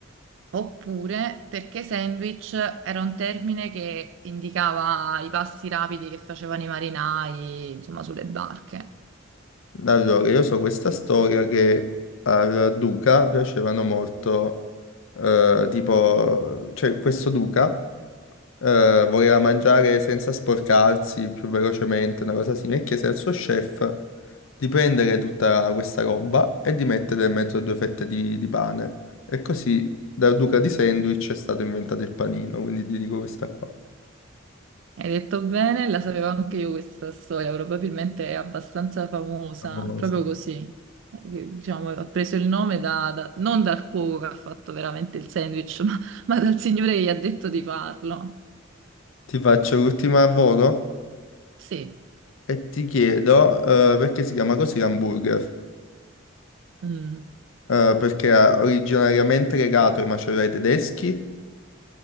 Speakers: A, on the right; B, on the left.
A: Oppure perché sandwich era un termine che indicava i passi rapidi che facevano i marinai, insomma, sulle barche.
B: Allora, io so questa storia che al duca piacevano molto, eh, tipo, c'è questo duca eh, voleva mangiare senza sporcarsi più velocemente, una cosa simile, e chiese al suo chef di prendere tutta questa roba e di mettere in mezzo a due fette di, di pane. E così dal duca di sandwich è stato inventato il panino, quindi ti dico questa qua.
A: Hai detto bene, la sapevo anche io questa storia, probabilmente è abbastanza famosa,
B: Favoloso.
A: proprio così. Eh, Diciamo, ho preso il nome da, da- non dal cuoco che ha fatto veramente il sandwich, <laughs> ma, ma dal signore che gli ha detto di farlo.
B: Ti faccio l'ultima a volo
A: Sì.
B: e ti chiedo eh, perché si chiama così l'hamburger.
A: Mm.
B: Eh, perché era originariamente legato ai macerai tedeschi